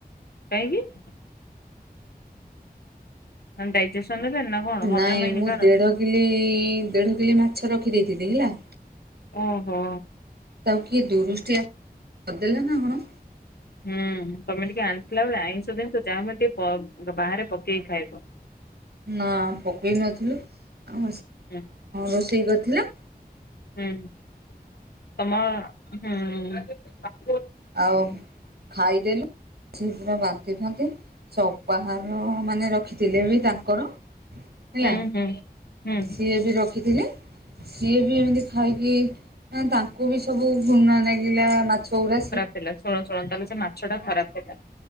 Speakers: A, on the left; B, on the right.
A: କାହିଁକି ମାନେ ଡାଇଜେସନ ହେଲାନି ନା କଣ ହଜମ
B: ନାଇଁ
A: ହେଇନି
B: ମୁଁ
A: କାହାର?
B: ଦେଢ କିଲେ ଦେଢ କିଲେ ମାଛ ଦିଦି <unintelligible> ଲା
A: ଓ ହୋ
B: ତାକୁ କିଏ ଦୁରୁଷ୍ଟିଆ କରିଦେଲା ନା କଣ?
A: ହୁଁ ତମେ ଟିକ ଆଣଥିଲ ଆଇସ <unintelligible> ମାନ ବ ବାହାରେ ପକେଇକି ଖାଇବ।
B: ନା ପକେଇ ନଥିଲୁ <unintelligible>
A: ହୁଁ
B: ରୋଷେଇ କରିଥିଲେ।
A: ହୁଁ ତୁମ
B: ଆଉ ଖାଇଦେଲି ପୁରା ବାନ୍ତି ଫାନ୍ତି ସବୁ ବାହାର ମାନେ ରଖିଥିଲେ ବି ତାଙ୍କର ହେଲା
A: ହୁଁ ହୁଁ ହୁଁ
B: ସେ ବି ରଖିଥିଲେ। ସିଏ ବି ଏମିତି ଖାଇ ପିଇକି ମାନେ ତାଙ୍କୁ ବି ସବୁ ଘୃଣା ଲାଗିଲା ମା ପୁରା
A: ଦେଲା ଶୁଣ ଶୁଣ ତାହେଲେ ସେ ମାଛ ଟା ଖରାପ୍ ଥିଲା।